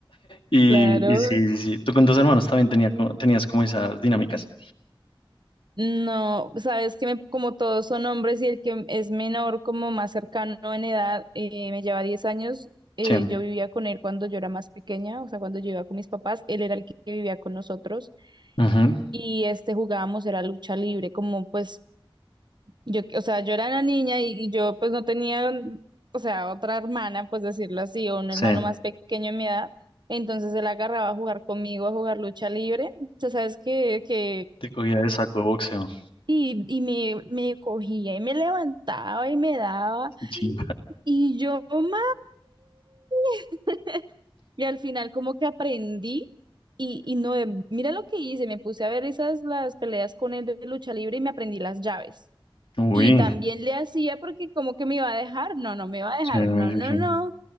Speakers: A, on the left; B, on the right.
A: Y,
B: Claro.
A: y sí, sí, sí, tú con tus hermanos también tenía, co- tenías como esas dinámicas.
B: No, sabes que me- como todos son hombres y el que es menor, como más cercano en edad, eh, me lleva 10 años. eh,
A: Sí,
B: yo vivía con él cuando yo era más pequeña, o sea, cuando yo iba con mis papás, él era el que vivía con nosotros
A: ujú,
B: y este jugábamos, era lucha libre, como pues yo, o sea, yo era la niña y, y yo pues no tenía, o sea, otra hermana, pues decirlo así, o un
A: sí,
B: hermano más pequeño en mi edad. Entonces él agarraba a jugar conmigo, a jugar lucha libre. O sea, sabes que, que,
A: te cogía de saco de boxeo.
B: y, y me, me cogía y me levantaba y me daba.
A: Sí, sí.
B: Y yo, mami. <laughs> Y al final como que aprendí y, y no, eh, mira lo que hice, me puse a ver esas las peleas con él de lucha libre y me aprendí las llaves.
A: Uy,
B: Y también le hacía porque como que me iba a dejar, no, no me iba a dejar,
A: sí,
B: no, no,
A: sí, sí.
B: no.